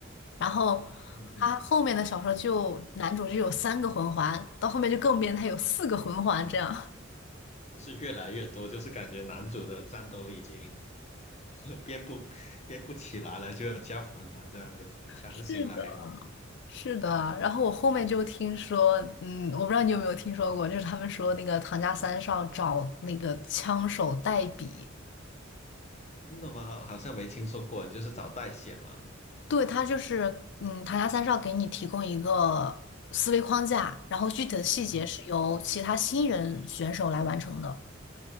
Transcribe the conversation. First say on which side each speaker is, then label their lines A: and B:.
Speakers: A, on the left; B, on the left.
A: 然后
B: 嗯嗯，
A: 他后面的小说就男主就有三个魂环，到后面就更变态，有四个魂环这样。
B: 就是越来越多，就是感觉男主的战斗力已经 <laughs> 就是编不编不起来了，就要加魂环这样子强行来，
A: 是的，<laughs> 是的，然后我后面就听说，嗯，我不知道你有没有听说过，就是他们说那个唐家三少找那个枪手代笔。
B: 真的吗？好像没听说过，就是找代写嘛，
A: 对，它就是，嗯，唐家三少给你提供一个思维框架，然后具体的细节是由其他新人选手来完成的。
B: 嗯。